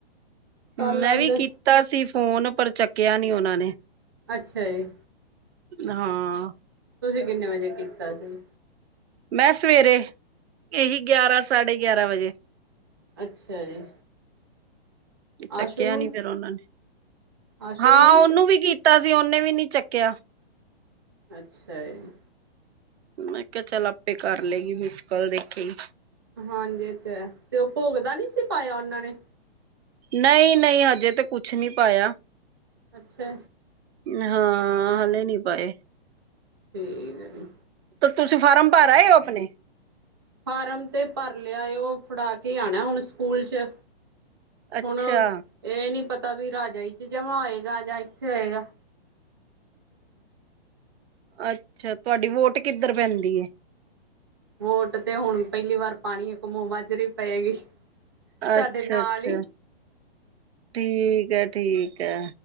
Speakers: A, on the right; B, on the right.
A: ਕੱਲ
B: ਮੈਂ
A: ਆਉਂਦੇ
B: ਵੀ ਕੀਤਾ ਸੀ ਫੋਨ ਪਰ ਚੱਕੇਆ ਨੀਂ ਓਨਾਂ ਨੇ
A: ਅੱਛਾ ਜੀ।
B: ਹਾਂ।
A: ਤੁਸੀ ਕਿੰਨੇ ਵਜੇ ਕੀਤਾ ਸੀ?
B: ਮੈਂ ਸਵੇਰੇ, ਏਹੀ ਗੇਆਰਾਂ -ਸਾਢੇ ਗੇਆਰਾਂ ਵਜੇ
A: ਅੱਛਾ ਜੀ।
B: ਚੱਕੇਆ
A: ਆਸ਼ੂ ਨੂੰ
B: ਨੀਂ ਫੇਰ ਓਨਾਂ ਨੇ,
A: ਆਸ਼ੂ
B: ਹਾਂ
A: ਨੂੰ ਨੀ ਸੀ
B: ਓਨੂੰ ਵੀ ਕੀ ਤਾ, ਸੀ ਓਨੇ ਵੀ ਨੀ ਚੱਕੇਆ।
A: ਅੱਛਾ ਜੀ।
B: ਮੈਂ ਕੇਆ, ਚੱਲ ਆਪੇ ਕਰ ਲੇਗੀ ਮਿਸ ਕਾੱਲ ਦੇਖੇਗੀ।
A: ਹਾਂਜੀ ਏ ਤੇ ਹੈ, ਤੇੋ ਭੋਗ ਦਾ ਨੀਂ ਸੀ ਪਾਏਆ ਓਨਾਂ ਨੇ?
B: ਨਈਂ-ਨਈਂ ਹਜੇ ਤੇ ਕੁਛ ਨੀਂ ਪਾਏਆ।
A: ਅੱਛਾ
B: ਹਾਂ, ਹਲੇ ਨਈਂ ਪਾਏ
A: ਠੀਕ ਐ।
B: ਤੇ, ਤੁਸੀ ਫਾਰਮ ਭਰ ਆਏ ਓ ਆਪਨੇ?
A: ਫਾਰਮ ਤੇ ਭਰ ਲੇਆ ਏ, ਓ ਫੜਾ ਕੇ ਆਨੈ ਹੁਨ ਸਕੂਲ 'ਚ
B: ਅੱਛਾ
A: ਹੁਨ ਏਹ ਨੀ ਪਤਾ ਵੀ ਰਾਜਾ 'ਚ ਜਮਾ ਹੋਏਗਾ ਜਾਂ ਇੱਥੇ ਹੋਏਗਾ
B: ਅੱਛਾ ਤੁਆਡੀ ਵੋਟ ਕਿੱਧਰ ਪੈਂਦੀ ਐ?
A: ਵੋਟ ਤੇ ਹੁਨ ਪੈਲੀ ਵਾਰ ਪਾਣੀ ਏ ਕੰਮੂ ਮਾਜਰੇ ਪਏਗੀ
B: ਅੱਛਾ
A: ਤੁਹਾਡੇ ਨਾਲ
B: -ਅੱਛਾ
A: ਹੀ
B: ਠੀਕ ਐ-ਠੀਕ ਐ,